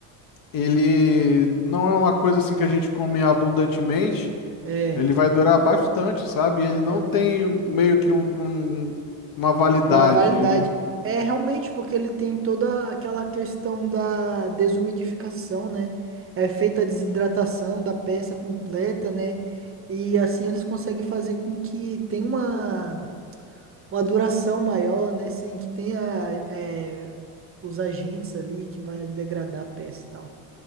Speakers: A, on the left; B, on the right.
A: ele não é uma coisa assim que a gente come abundantemente.
B: É,
A: Ele vai durar bastante, sabe? Ele não
B: realmente.
A: tem meio que um, um- uma validade.
B: Uma validade.
A: Ele,
B: É realmente porque ele tem toda aquela questão da desumidificação, né? É feita a desidratação da peça completa, né? E assim eles conseguem fazer com que tenha uma, uma duração maior, né? Sem que tenha é, os agentes ali que vai degradar a peça e tal.